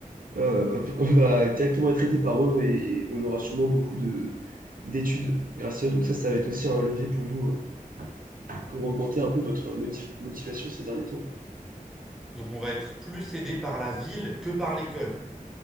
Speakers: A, on the right; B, in the centre.
A: Euh, on va directement être aidé par eux et on aura sûrement beaucoup de d'études grâce à eux. Donc ça, ça va être aussi un levier pour vous, euh, pour augmenter un peu votre motif- motivation ces derniers temps.
B: Donc on va être plus aidé par la ville que par l'école.